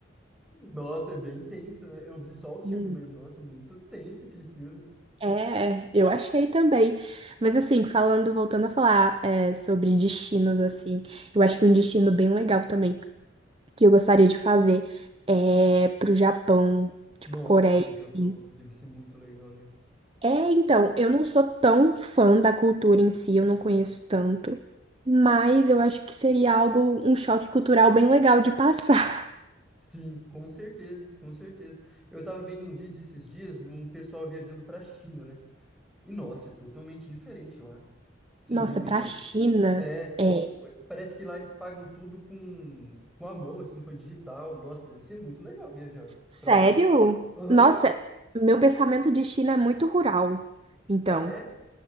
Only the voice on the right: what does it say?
Hum.
É, eu achei também. Mas assim, falando, voltando a falar é, sobre destinos, assim, eu acho que um destino bem legal também. que eu gostaria de fazer é pro Japão, tipo
Coreia,
assim.
É, então, eu não sou tão fã da cultura em si, eu não conheço tanto, mas eu acho que seria algo, um choque cultural bem legal de passar.
<laughs>
Nossa,
pra China,
é.
Sério?
Nossa, meu pensamento de China é muito rural. Então,